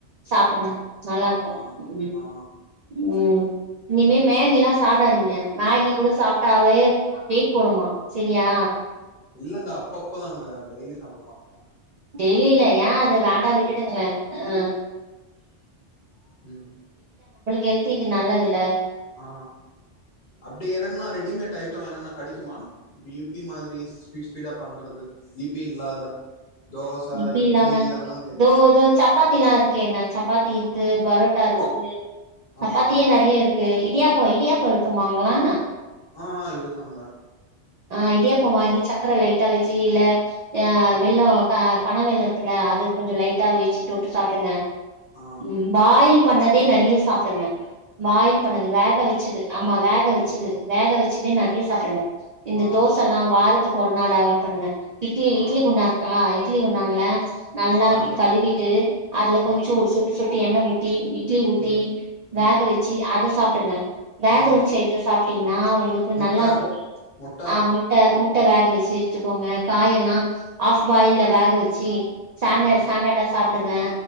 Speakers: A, on the right; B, on the left.
A: சாப்பிடுங்க
B: ஆ
A: நல்லா இருக்கு
B: ஆ
A: உ
B: ஆ
A: உம் இனிமே
B: ஆ
A: மேகி எல்லா சாப்பிடாதீங்க மேகி கூட சாப்பிட்டாவே வெயிட் போடுமா செரியா
B: இல்லங்க அப்பப்பதாங்க டெய்லி சாப்பிட மாட்டே
A: டெய்லி இல்ல ஏ அது வேண்டா விட்டுடுங்களே ஆ
B: உம் ம்
A: ஹல்த்திக்கு நல்லது இல்ல
B: ஆ அப்பிடி என்னன்னா ரெடிமேட் ஐட்டோ என்னன்னா கெடைக்குமா வியூ இப்பி மாதிரி ஸ்பீட்டு ஸ்பீடா பண்ணு து இப்பி இல்லாத தோச
A: இப்பி
B: இட்லி
A: இல்லாம
B: இதெல்லா தெரியு
A: இதோ
B: ஆ
A: இதோ சப்பாத்தி எல்லா இருக்கு ஓக்கேனா சப்பாத்தி இருக்கு பரோட்டா இருக்கு சப்பாத்தியே
B: ஆ
A: நெறையா இருக்கு இடியாப்போ இடியாப்போ இருக்குமுங்கா
B: ஆ ஆ இருகாமுங்க
A: ஆ இடியப்போ வாங்கி சக்கரை லைட்டா வச்சு இல்ல ஆ
B: ம்
A: வெல்லம் கா பனவெல்லோ இருக்குல்ல அது கொஞ்சு லைட்டா வெச்சி தொட்டு சாப்பிடுங்க
B: ஆ
A: உம் பாயில் பண்ணதே நறையா சாப்பிடுங்க பாயில் பண்ணது வேக வச்சது ஆமா வேக வச்சது
B: ஆ
A: வேக வச்ச சிதே நறையா சாப்பிடுங்க இந்த
B: ஆ
A: தோச எல்லா வாரதுக்கு ஒரு நாள் அவாட் பண்ணுங்க இட்லி
B: ஆ
A: இட்லி குண்டா இருக்கா இட்லி குண்டான்ல நல்லா
B: ஆ இருக்குங்க
A: கழுவிட்டு அதுல கொஞ்சு
B: ஆ
A: ஒரு சொட்டு சொட்டு எண்ண ஊத் இட்லி ஊத்தி
B: ம்
A: வேக
B: ம்
A: வச்சு அத சாப்ப டுங்க வேக
B: ம்
A: வச்ச ஆயிட்ட சாப்பிடு டிங்னா உங்களுக்கு
B: முட்ட
A: நல்லா இருக்கு
B: முட்ட
A: ஆ முட்ட முட்ட வேக வச்சு வச்சிக்கோங்க காயெல்லா ஆஃப் பாயில்ல வேக வச்சு சான
B: ம்
A: சனாடெஸ் சாப்பிடுங்க